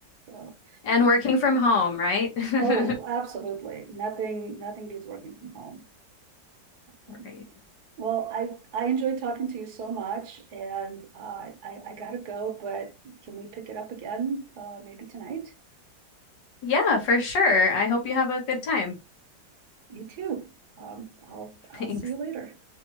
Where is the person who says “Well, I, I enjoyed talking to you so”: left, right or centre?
Right